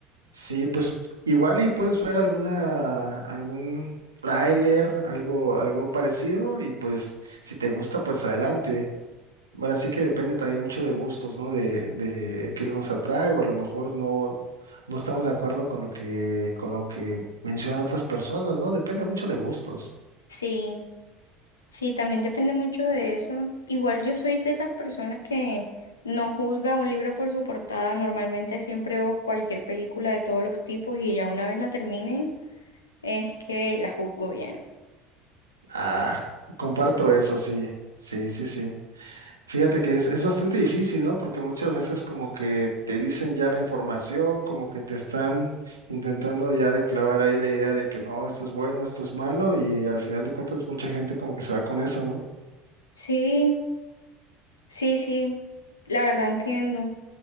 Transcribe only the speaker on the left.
Sí, sí, también depende mucho de eso. Igual yo soy de esas personas que no juzga un libro por su portada. Normalmente siempre o cualquier película de todos los tipos y ya una vez la termine. es que la juzgo bien.
Sí, sí, sí, la verdad entiendo.